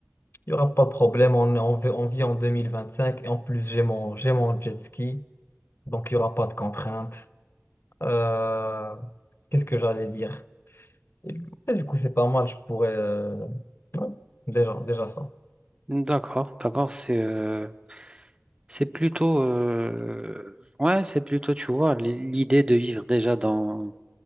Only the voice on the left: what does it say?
il y n'y aura pas de problème. On, on, vi- on vit en 2025 et en plus, j'ai mon, j'ai mon jet ski, donc il n'y aura pas de contraintes. Euh, qu'est-ce que j'allais dire? Et du coup, c'est pas mal, je pourrais... euh, ouais, déjà, déjà ça.